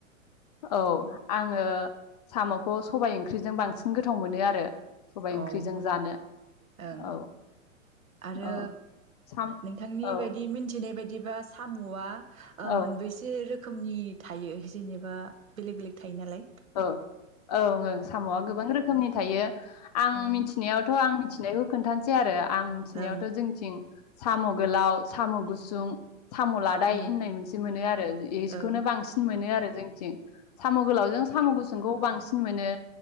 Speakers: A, on the left; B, on the right.
A: औ आङो साम'खौ सबाय ओंख्रिजों बांसिन गोथाव मोनो आरो सबाय ओंख्रिजों
B: ओम
A: जानो
B: ओं
A: औ
B: आरो
A: औ साम
B: नोंथांनि
A: औ
B: बायदि मिथिनाय बायदि एबा साम'आ ओ
A: औ
B: मोनबैसे रो खोमनि थायो जेनेबा बेलेक बेलेक थायो नालाय
A: ओ' ओं ओं साम'आ गोबां रोखो खोमनि थायो आं
B: ओं
A: मिथिनायावथ' आं <inaudible> नायखौ खोनथान सै आरो आं मिथिनायावथ'
B: ओं
A: जोंनिथिं साम' गोलाव साम' गुसुं साम' लादाइ
B: उम
A: होननाय मोनसे मोनो आरो इखौनो
B: ओं औ
A: बांसिन मोनो आरो जोंथिं साम' गोलाव जों गुसुंखौ बांसिन मोनो